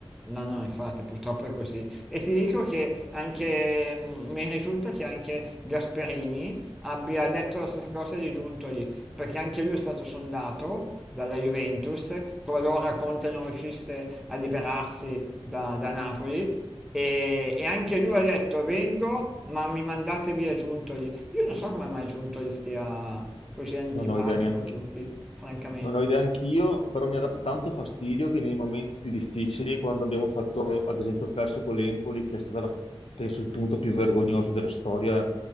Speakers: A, in the centre; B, on the left.
A: No, no, infatti, purtroppo è così. E ti dico che anche, mm, mi risulta che anche Gasperini abbia detto la stessa cosa di Giuntoli, perché anche lui è stato sondato dalla Juventus, qualora Conte non riuscisse a liberarsi da, da Napoli, e, e anche lui ha detto vengo, ma mi mandate via Giuntoli. Io non so come mai Giuntoli stia così antipatico
B: Non ho idea neanche
A: a tutti, francamente.
B: Non ho idea anch'io, però mi ha dato tanto fastidio che nei momenti più difficili, quando abbiamo fatto, ad esempio, perso con l'Empoli, che è stato, la- penso, il punto più vergognoso della storia